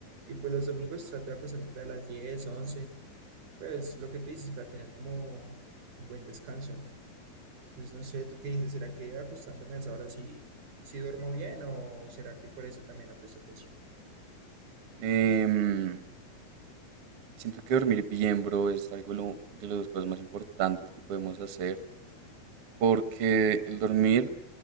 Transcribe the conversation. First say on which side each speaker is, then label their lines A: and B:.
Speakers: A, on the right (about 85°); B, on the right (about 60°).
A: y pues los domingos trato de acostarme para las 10, 11. Pues lo que tú dices, para tener como un buen descanso. Entonces, no sé, ¿tú qué dices? ¿Será que acostándome a esa hora sí, sí duermo bien o será que por eso también no presto atención?
B: Em, siento que dormir bien, bro, es algo de, lo- de las cosas más importantes que podemos hacer Porque el dormir